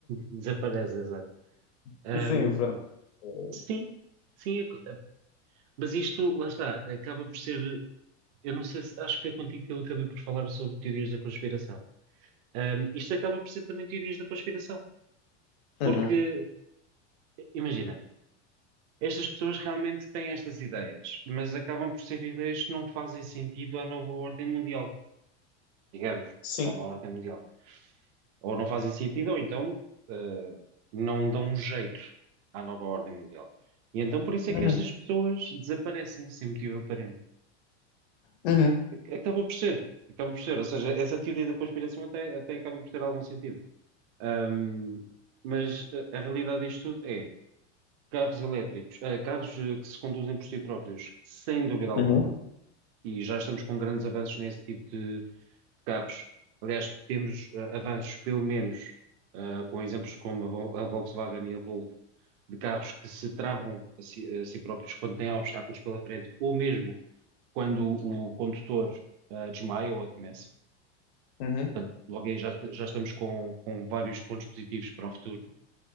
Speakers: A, on the right; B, on the left.
A: Desaparece, exato.
B: <laughs>
A: Ahm,
B: Sim, pronto. Uhum,
A: sim, sim, é co- mas isto, lá está, acaba por ser, eu não sei se, acho que foi contigo que eu acabei por falar sobre teorias da conspiração. Ahm, isto acaba por ser também teorias da conspiração,
B: uhum.
A: porque, imagina, estas pessoas realmente têm estas ideias, mas acabam por ser ideias que não fazem sentido à nova ordem mundial, digamos,
B: Sim.
A: nova ordem mundial. ou não fazem sentido, ou então eh, não dão um jeito à nova ordem mundial. E então por isso
B: Uhum,
A: é que estas pessoas desaparecem sem motivo aparente.
B: uhum,
A: Ac- Acaba por ser, acaba por ser. Ou seja, essa teoria da conspiração até, até acaba por ter algum sentido. Ahm, mas a, a realidade disto tudo é carros elétricos, eh, carros eh, que se conduzem por si próprios, sem dúvida alguma
B: uhum,
A: e já estamos com grandes avanços nesse tipo de, de carros. Aliás, temos eh, avanços, pelo menos, eh, com exemplos como a Vol- a Volkswagen e a Volvo, de carros que se travam a si, a si próprios quando têm obstáculos pela frente, ou mesmo quando o condutor eh, desmaia ou adormece.
B: uhum,
A: Portanto, logo aí já, já estamos com, com vários pontos positivos para o futuro.